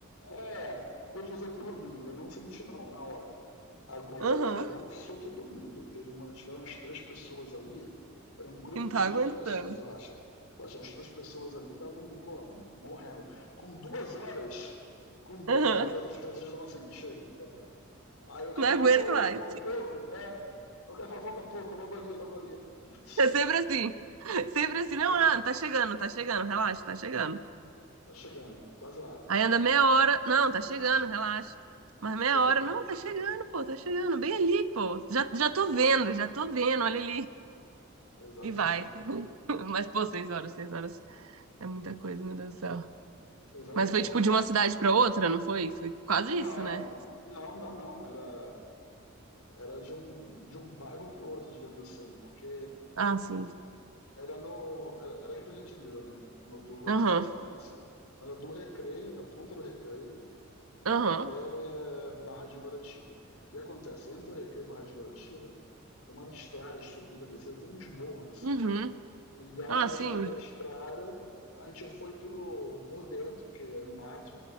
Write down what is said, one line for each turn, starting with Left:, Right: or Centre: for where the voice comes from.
Left: É, vou dizer por mim, eu não senti não, na hora. Agora,
Right: Aham.
Left: eu não sou todo mundo. Teve uma, tiveram umas três pessoas ali, era um grupo
Right: Não
Left: de
Right: tá aguentando.
Left: oito pessoas, eu acho. Poxa, as três pessoas ali estavam como? Morrendo. Com duas horas, com duas
Right: Aham.
Left: horas, as pessoas estavam assim, chega, acabou. Aí o cara,
Right: Não
Left: não,
Right: aguento
Left: falta,
Right: mais.
Left: falta pouco. É. O cara fala, falta pouco, logo ali, logo ali. Putz,
Right: É sempre assim. Sempre assim. Não,
Left: ah,
Right: não, tá chegando, tá chegando, relaxa, tá chegando.
Left: tá chegando, quase lá.
Right: Aí anda meia hora. Não, tá chegando, relaxa. Mas meia
Left: Chegando,
Right: hora, não,
Left: pô.
Right: tá chegando, pô, tá chegando, bem ali, pô. Já, já tô vendo, já tô vendo, olha ali.
Left: Exatamente.
Right: E vai. <laughs> Mas, pô, seis horas, seis horas. É muita coisa, meu Deus do céu.
Left: Seis horas
Right: Mas
Left: é um
Right: foi
Left: tormenta.
Right: tipo de uma cidade pra outra, não foi? Foi quase
Left: Não,
Right: isso, né?
Left: não, não, não. Era, era de um, de um bairro pro outro, digamos assim, porque
Right: Ah, sim.
Left: era no, era era aqui no Rio de Janeiro, né? No, do, não
Right: Aham.
Left: sei se você conhece, mas era do Recreio, na ponta do Recreio, até
Right: Aham.
Left: Barra de Guaratiba. E acontece, entre o Recreio e Barra de Guaratiba, tem umas estradas, subida, descida, tem uns morros, assim,
Right: Uhum.
Left: né? E aí,
Right: Ah,
Left: ao invés
Right: sim.
Left: de pegar a estrada, a gente foi pelo, por dentro, que é no mato,